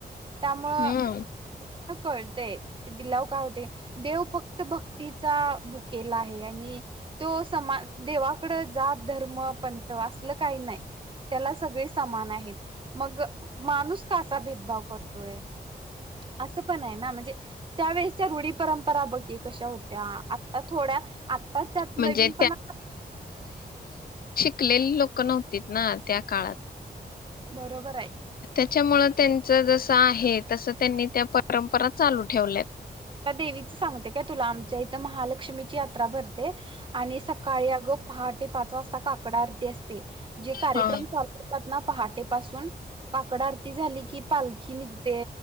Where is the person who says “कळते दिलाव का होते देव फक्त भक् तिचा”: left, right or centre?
Right